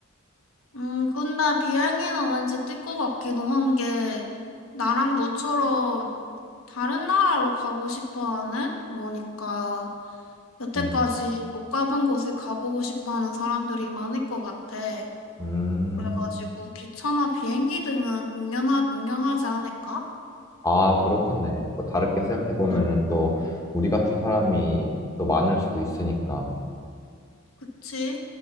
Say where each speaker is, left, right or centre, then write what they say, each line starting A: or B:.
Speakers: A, on the left; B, on the left.
A: 음, 근데 비행기는 왠지 뜰 것 같기도 한 게, 나랑 너처럼 다른 나라로 가고 싶어 하는, 그러니까 여태까지
B: 음,
A: 못 가본 곳을 가보고 싶어 하는 사람들이 많을 것 같아.
B: 음,
A: 그래가지고 기차나 비행기 등은 운영하, 운영하지 않을까?
B: 아, 그렇겠네. 뭐 다르게 생각해 보면은
A: 응,
B: 또 우리 같은 사람이 또 많을 수도 있으니까.
A: 그치.